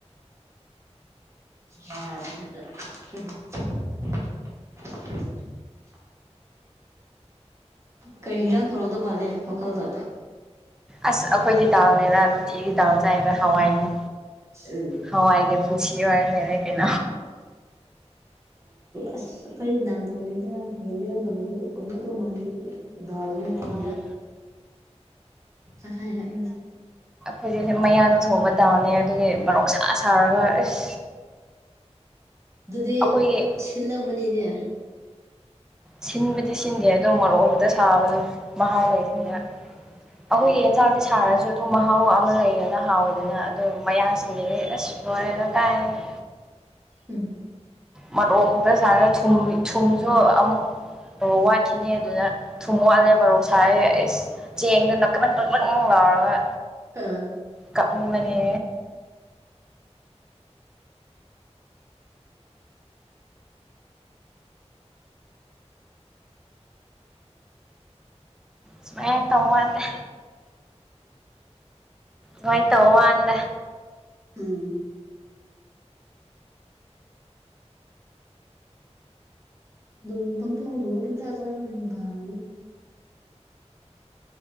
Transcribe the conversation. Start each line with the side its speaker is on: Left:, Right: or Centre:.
Right: <inaudible> ꯀꯩ ꯍꯤꯟꯖꯥꯡ ꯊꯧꯔꯝꯗꯧ ꯃꯥꯜꯂꯦ ꯋꯥꯈꯜꯗ
Centre: ꯑꯁ ꯑꯩꯈꯣꯏꯗꯤ ꯗꯥꯜꯅꯦꯗ ꯅꯨꯡꯇꯤꯒꯤ ꯗꯥꯜꯅꯦ ꯆꯥꯏꯕ ꯍꯋꯥꯏꯅ
Right: ꯎꯝ
Centre: ꯍꯋꯥꯏꯒ ꯄꯨꯟꯁꯤꯌꯔ ꯂꯩꯔꯛ <inaudible>
Right: ꯑꯁ ꯀ ꯊꯗ ꯍꯗ ꯀ ꯇꯥꯟ
Centre: ꯑꯣ
Right: <inaudible> ꯇꯍꯥꯔꯑꯣꯏꯖꯦ
Centre: ꯍꯧꯖꯤꯛꯁꯦ ꯃꯌꯥꯡꯅ ꯊꯣꯡꯕ ꯗꯥꯎꯅꯦ ꯑꯗꯨꯒꯤ ꯃꯔꯣꯔꯣꯛꯁꯥ ꯁꯥꯔꯒ ꯑꯁ
Right: ꯑꯗꯨꯗꯤ
Centre: ꯑꯩꯈꯣꯏꯒꯤ
Right: ꯁꯤꯜꯂꯝꯃꯅꯤꯅꯦ
Centre: ꯁꯤꯟꯕꯨꯗꯤ ꯁꯤꯟꯗꯦ ꯑꯗꯣ ꯃꯔꯣꯛ ꯉꯛꯇ ꯁꯥꯕꯁꯨ ꯃꯍꯥꯎ ꯂꯩꯇꯦꯕ
Right: ꯎꯝ
Centre: ꯑꯩꯈꯣꯏꯒꯤ ꯌꯦꯟꯖꯥꯡꯁꯁꯤ ꯁꯥꯔꯁꯨ ꯑꯗꯨꯝ ꯃꯍꯥꯎ ꯃꯍꯥꯎ ꯑꯃ ꯂꯩꯗꯅ ꯍꯥꯎꯋꯦꯗꯅ ꯑꯗꯨ ꯃꯌꯥꯡꯁꯤꯡꯗꯤ ꯑꯁ ꯂꯣꯏꯔꯦꯗ ꯀꯥꯏꯗꯒꯤ
Right: ꯎꯝ
Centre: ꯃꯔꯣꯛ ꯈꯛꯇ ꯁꯥꯔꯒ ꯊꯨꯝ ꯊꯨꯝꯁꯨ ꯑꯃꯨꯛ ꯑꯣ ꯋꯥꯠꯈꯤꯅꯦ ꯑꯗꯨꯗ ꯊꯨꯝ ꯋꯥꯜꯂꯦ ꯃꯔꯧ ꯁꯥꯔꯦ ꯑꯩ ꯆꯦꯡꯗꯅ ꯀꯃꯟ ꯀꯄꯪ ꯂꯥꯎꯔꯒ
Right: ꯑꯗꯨꯝ
Centre: ꯀꯥꯞꯅꯤꯡꯕꯅꯦ ꯁꯨꯃꯥꯏ ꯇꯧ ꯋꯥꯅꯤꯗ ꯉꯥꯏ ꯇ ꯍꯟꯗ
Right: ꯎꯝ ꯑꯗꯨꯝ ꯄꯪꯊꯣꯡꯗ ꯑꯗꯨꯝ ꯄꯪꯖꯥ ꯆꯕꯅ ꯐꯕꯅꯤꯗ